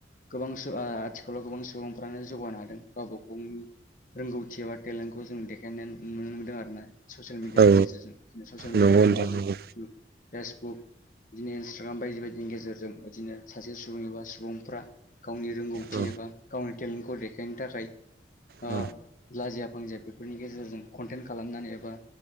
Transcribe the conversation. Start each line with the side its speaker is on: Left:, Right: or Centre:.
Left: गोबां सु ओ आथिखालाव गोबां सुबुंफ्रानो जौगानो हादों गावबा गावनि रोंगौथि एबा टेलेन्टखौ जों देखायनाय नुनो मोनदों आरो ना ससियेल मिडियानि
Right: औ
Left: गेजेरजों। ससियेल
Right: नंगौ
Left: मिडिया बुङोबा
Right: नोंथां नंगौ
Left: जों इउटुब फेसबुक बिदिनो इन्सटाग्राम बायदि बायदिनि गेजेरजों बिदिनो सासे सुबुं एबा सुबुंफ्रा गावनि रोंगौथि
Right: औ
Left: एबा गावनि टेलेन्टखौ देखायनो थाखाय ओ
Right: औ
Left: लाजिया फांजिया बेफोरनि गेजेरजों कन्टेन्ट खालामनानै एबा